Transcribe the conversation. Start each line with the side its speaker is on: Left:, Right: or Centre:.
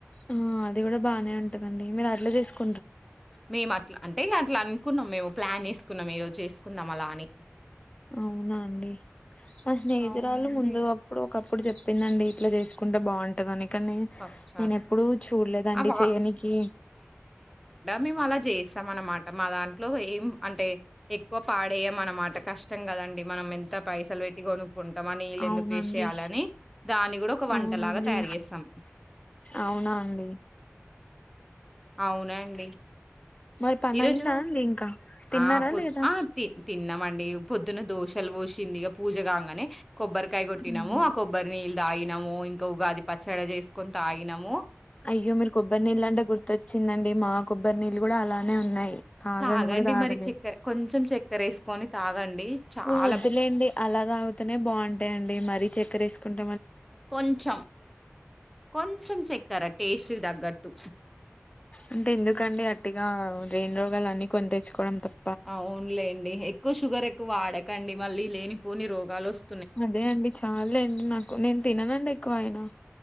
Left: ఆ అది కూడా బాగానే ఉంటదండి మీరు అట్లా చేసుకో
Centre: మేము అట్లా అంటే ఇగా అట్లా అనుకున్నాం మేము. ప్లాన్ వేసుకున్నాం ఈరోజు చేసుకుందాం అలా అని.
Left: అవునా అండి మా స్నేహితురాళు
Centre: అవునండి.
Left: ముందు గా అప్పుడు ఒకప్పుడు చెప్పిందండి ఇట్లా చేసుకుంటే బాగుంటద అని. కానీ
Centre: పప్పుచారు.
Left: నేను ఎప్పుడూ చూడలేదండి
Centre: ఆ వా
Left: చేయనికి.
Centre: మేము అలా చేస్తాం అనమాట. మా దాంట్లో ఏం అంటే ఎక్కువ పాడేయం అనమాట కష్టం కదండి మనం ఎంత పైసలు పెట్టి కొనుక్ కుంటాం ఆ నీళ్ళు
Left: అవునండి
Centre: ఎందుకు వేస్ట్ చేయాలి ఆని దాని కూడా ఒక వంటలాగా
Left: అవునండి
Centre: తయారు చేస్తాం.
Left: అవునా అండి.
Centre: అవునాండి
Left: మరి పని
Centre: ఈరోజు
Left: అయిందా అండి ఇంకా తిన్నారా
Centre: ఆ పొద్
Left: లేదా
Centre: ఆ తి తిన్నామండి యే పొద్దున దోషలు పోశింది ఇగ పూజ గాంగనే కొబ్బరి కాయ గొట్టినము
Left: ఉహు.
Centre: ఆ కొబ్బరి నీల్ తాగినము ఇంకా ఉగాది పచ్చడి జేసుకుని తాగినము
Left: అయ్యో మీరు కొబ్బరి నీల్లన్ట గుర్తోచ్ చిందండి మా కొబ్బరి నీళ్ళు గూడా అలానే ఉన్నాయి తాగను
Centre: తాగండి
Left: కూడా తాగలేదు
Centre: మరి చెక్కారు కొంచెం చెక్క క్కరేసుకొని తాగండి చాలా
Left: వద్దులేండి అలా తాగుతనే బాగుంటాయండి మరి చక్కరేసుకుంటే
Centre: కొంచెం కొంచెం చెక్కర టేస్ట్ చి దగ్గట్టు
Left: అంటే ఎందుకండి అట్టిగా రెని రోగాల అని కొని తెచ్చుకోవడం తప్
Centre: అవున్లేండి ఎక్కువ షుగర్ ఎక్కువ వాడక్ కండి మళ్ళీ లేనిపోని రోగాలు వస్తాయి
Left: అదే అండి చాలండి నాకు నేను తిననండి ఎక్కువ అయినా